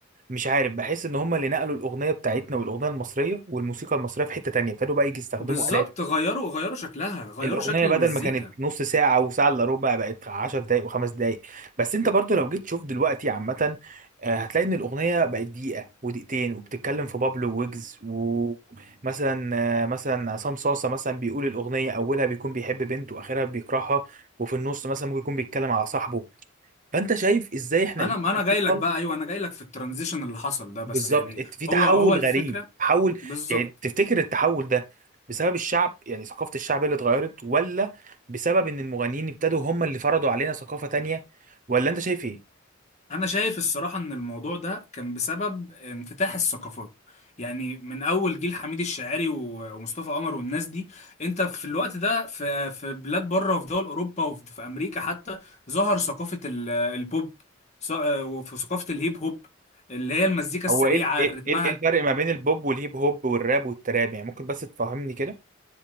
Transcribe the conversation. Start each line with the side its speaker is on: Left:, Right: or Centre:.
Right: مش عارف بحس ان هم اللي نقلوا الاغنيه بتاعتنا والاغنيه المصريه والموسيقى المصريه في حته تانية ابتدوا بقى يجي يستخدموا
Left: بالظبط
Right: آلات
Left: غيروا غيروا شكلها غيروا
Right: الاغنيه
Left: شكل المزيكا
Right: بدل ما كانت نص ساعه او ساعه الا ربع بقت 10 دقائق وخمس دقائق بس انت برضو لو جيت تشوف دلوقتي عامه آه، هتلاقي ان الاغنيه بقت دقيقه ودقيقتين وبتتكلم في بابلو ويجز ومثلا آه، مثلا عصام صاصه مثلا بيقول الاغنيه اولها بيكون بيحب بنت واخرها بيكرهها وفي النص مثلا ممكن يكون بيتكلم على صاحبه فانت شايف ازاي احنا
Left: انا
Right: قدرنا
Left: ما انا جاي لك بقى ايوه انا جاي لك في الترانزيشن اللي حصل ده بس
Right: بالظبط
Left: يعني
Right: يعني ات- في تحول
Left: هو هو الفكره
Right: غريب تحول
Left: بالظبط
Right: يعني تفتكر التحول ده بسبب الشعب يعني ثقافة الشعب هي اللي اتغيرت ولا بسبب ان المغنيين ابتدوا هم اللي فرضوا علينا ثقافة تانية ولا انت شايف ايه
Left: انا شايف الصراحه ان الموضوع ده كان بسبب انفتاح الثقافات يعني من اول جيل حميد الشاعري و- ومصطفى قمر والناس دي انت في الوقت ده في في بلاد بره وفي دول اوروبا وفي في امريكا حتى ظهر ثقافه ال- البوب ث- وفي ثقافه الهيب هوب اللي هي المزيكا السريعه
Right: هو ايه ال- ايه
Left: رتمها
Right: ايه إيه الفرق ما بين البوب والهيب هوب والراب والتراب يعني ممكن بس تفهمني كده